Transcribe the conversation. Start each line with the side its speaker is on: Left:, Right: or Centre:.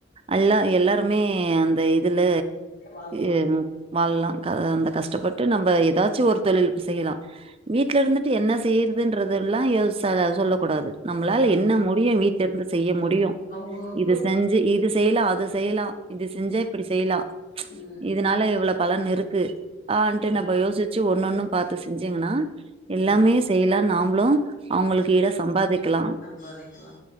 Right: அல்லா எல்லாருமே அந்த இதுல
Left: வாழலா
Right: ஏ வாழ்லா க அந்த கஷ்டப்பட்டு நம்ப ஏதாச்சு ஒரு தொழில் செய்யிலா வீட்ல இருந்துட்டு என்ன செய்றதுன்றதுல்லா யோ செல சொல்லக் கூடாது நம்ப்ளால
Left: ஆ
Right: என்ன மு டியு வீட்லருந்து செய்ய முடியு
Left: அவங்க இப்போ
Right: இது செஞ்சி இது செய்லா அது செய்லா இது செஞ்சா இப்டி செய்லா
Left: ம்
Right: இதுனால இவ்ளோ பலன் இருக்கு ஆன்ட்டு
Left: ஆமா
Right: நம்ப யோசிச்சி ஒண்ணொண்ணு பாத்து செஞ்சீங்கன்னா எல்லாமே
Left: ம்
Right: செய்லா நாம் ப்ளு அவுங்களுக்கு ஈடா சம்பாதிக் க்லா
Left: சம்பாதிக்கலா